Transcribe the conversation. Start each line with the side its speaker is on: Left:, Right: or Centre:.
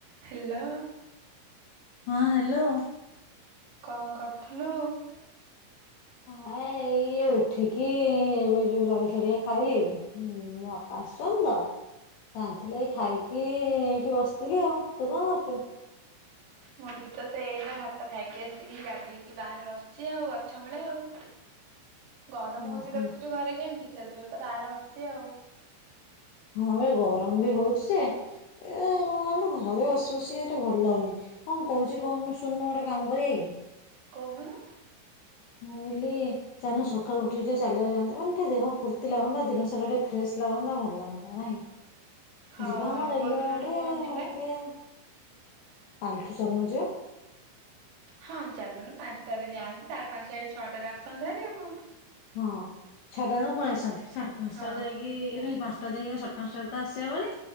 Right: ହେଲୋ।
Left: ହଁ ହ୍ୟାଲୋ।
Right: କଣ କରୁଥିଲୁ?
Left: ଆ ଏଇ ଉଠିକି ଏବେ ଯୋଉ ଜଳିକ୍ଷିଆ ଟିକେ ଖାଇଲି ହୁଁ ମୋ ବାପା ଆସିଛନ୍ତି ତ ଆଣଥିଲେ ଏ ଖାଇକି ଏଇଠି ବସିଥିଲି ଆଉ ତୁ କଣ କରୁଚୁ?
Right: ମୁଁ ବି ତ ସେ ଏଇନା ଭାତ ଖାଇକି ଆସିକି ଗାଧେଇକି ବାହାରେ ବସଛି ଆଉ ଗଛ ମୂଳେ ଆଉ। ଗରମ
Left: ଓହୋ
Right: ହଉଛି ଦେଖୁଛୁ ଘରେ କେମିତି? ସେଯୁଗୁରୁ ତ ବାହାରେ ବସିଛି ଆଉ।
Left: ହଁ ଏବେ ଗରମ ବି ହଉଛି ଯେ ଏ କଣ କହିଲୁ ଘରେ ବସି ବସିକି ଏଟା ଭଲ ଲାଗୁନି, କଣ କହୁଛି କହୁନୁ ଶୁଣନୁ ଗୋଟେ କାମ କରିବା କି?
Right: କହୁନୁ?
Left: ମୁଁ କହିଲି ଚାଲନୁ ସକାଳୁ ଉଠି ଟିକେ ଚାଲିଆକୁ ଯାଆନ୍ତେ, ମାନ ଟିକେ ଦେହ ଫୁର୍ତ୍ତି ଲାଗନ୍ତା ଦିନସାରା ଟିକେ ଫ୍ରେଶ ଲାଗନ୍ତା ଭଲ ଲାଗନ୍ତା ନାଇଁ।
Right: ହଁ
Left: ଯିବା ଆମ ରେଲୱେ
Right: କୋଉ ଦିନଠୁ
Left: ଆଡେ,
Right: କଣ ଯିବା?
Left: ଆଡେ <unintelligible> କାଲଠୁ ଚାଲୁନୁ ଯିବା।
Right: ହଁ ଚାଲୁନୁ ପାଞ୍ଚଟାରେ ଯାଆନ୍ତେ, ସାଢେ ପାଞ୍ଚଟା ଛଅଟାରେ ଆସନ୍ତେ ହେରି ଆଉ କଣ?
Left: ହଁ ଛଅଟା ବେଳୁ ପଳେଇ ଆସନ୍ତେ। ସାଢେ ପାଞ୍ଚଟାରେ
Right: ହଁ
Left: ଯାଇକି ହେରି ପାଞ୍ଚ ଟା ଯାଇ ଆମେ ସାଢ ପାଞ୍ଚଟାରେ ତ ଆସିଆ ବୋଲି।